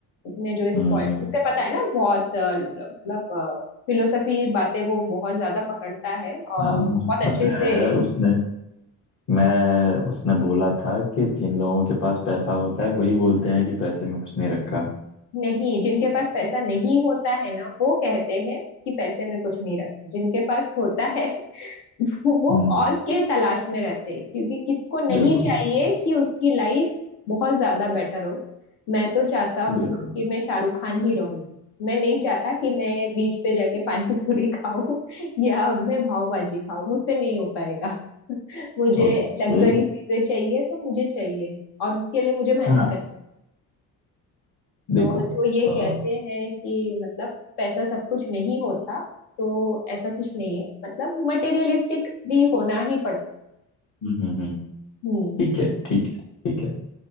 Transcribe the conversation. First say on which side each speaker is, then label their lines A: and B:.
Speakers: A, on the left (about 65°); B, on the left (about 40°).
A: उसने जो इस
B: हम्म,
A: पॉइंट
B: हम्म।
A: उसका पता है ना बहुत अ, ल- मतलब फिलोसफी बातें वो बहुत ज्यादा पकड़ता है और
B: हाँ
A: उनको
B: मुझे
A: बहुत
B: पता
A: अच्छे से
B: है उसने मैं उसने बोला था कि जिन लोगों के पास पैसा होता है वही बोलते हैं कि पैसे में कुछ नहीं रखा
A: नहीं जिनके पास पैसा नहीं होता है ना वो कहते हैं कि पैसे में कुछ नहीं रखा जिनके पास होता है वो
B: हम्म
A: और के तलाश में रहते हैं क्योंकि किसको नहीं
B: बिल्कुल
A: चाहिए
B: बिल्कुल
A: कि उसकी लाइफ बहुत ज्यादा बेटर हो मैं तो चाहता
B: बिल्कुल
A: हूँ कि मैं शाहरुख खान ही रहूं मैं नहीं चाहता कि मैं बीच पे जाके पानी पूरी खाऊं <laughs> या मैं पावभाजी खाऊं मुझसे नहीं हो पाएगा <laughs> मुझे
B: ओके
A: लग्जरी चीजें चाहिए तो मुझे चाहिए और उसके लिए मुझे मेहनत
B: हाँ
A: करनी
B: देखो
A: तो जो ये
B: अ, हम्म
A: कहते हैं कि मतलब पैसा सब कुछ नहीं होता तो ऐसा कुछ नहीं है मतलब मटेरियलिस्टिक भी होना ही पड़ता
B: हम्म हम्म,
A: हम्म
B: ठीक है ठीक है ठीक है